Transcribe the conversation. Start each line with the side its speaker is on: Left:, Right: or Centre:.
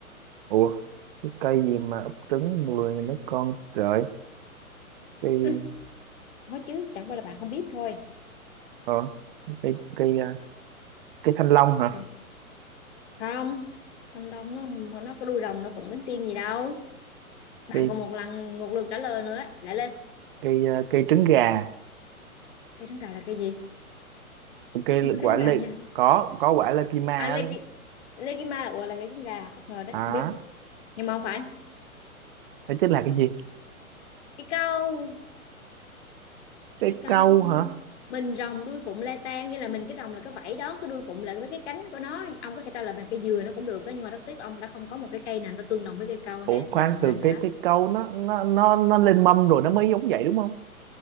Right: ủa cái cây gì mà ấp trứng mùa hè nở con trời cây
Left: Ừ, có chứ, chẳng qua là bạn không biết thôi.
Right: ờ, cây cây à, cây thanh long hả
Left: Ok. Không, thanh long nó nó có đuôi rồng nó phụng cánh tiên gì đâu. bạn
Right: cây
Left: còn một lần một lượt trả lời nữa lại lên
Right: cây à, cây trứng gà
Left: cây trứng gà là cây gì
Right: cây
Left: không biết
Right: quả
Left: cây trứng
Right: lê
Left: gà nha
Right: có có quả lê kima á.
Left: à lê ki là là cây trứng gà bất ngờ đấy
Right: hả
Left: không biết nhưng mà không phải
Right: đó chính là cái gì
Left: cái câu
Right: cái
Left: cái câu
Right: câu hả
Left: mình rồng đuôi phụng le tan nghĩa là mình cái rồng là cái vảy đó cái đuôi phụng là với cái cánh của nó ông có thể trả lời bằng cây dừa nó cũng được đó, nhưng mà rất tiếc ông đã không có một cái cây nào nó tương đồng với cây câu
Right: ủa
Left: nên
Right: khoan
Left: bạn
Right: từ
Left: à, đã
Right: cái cái câu nó nó nó nó lên mâm rồi nó mới giống vậy đúng không